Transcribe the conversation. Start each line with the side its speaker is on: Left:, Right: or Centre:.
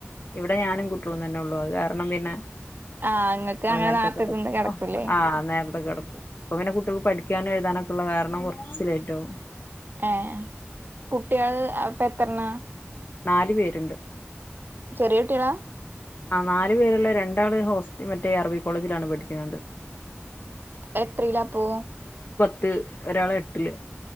Left: ഇവിടെ ഞാനും കുട്യോളും തന്നെ ഉള്ളൂ അത് കാരണം പിന്നെ
Right: ആഹ് നിങ്ങക്ക്
Left: ഞങ്ങള്
Right: അങ്ങനെ
Left: നേരത്തെ
Right: നാർത്തെ
Left: കിടക്കും
Right: ത്തിന്ന് കെടക്കൂലേ
Left: ആഹ് നേരത്തെ ഇപ്പൊ പിനെ കുട്ട്യോൾക്ക് പഠിക്കാനും എഴുതാനൊക്കിള്ള കാരണം കുറച്ച് ലേറ്റാവും
Right: ഏ കുട്ടികൾ അപ്പ എത്രണ്ണ
Left: ന്നാല് പേരുണ്ട്
Right: ചെറിയ കുട്ട്യേള
Left: ആ നാലു പേരുള്ള രണ്ടാള് ഹോസ്റ്റ് മറ്റേ അറബി കോളേജിലാണ് പഠിക്കുന്നത്
Right: എത്രീലാപ്പോ
Left: ത്ത് ഒരാള് എട്ടില്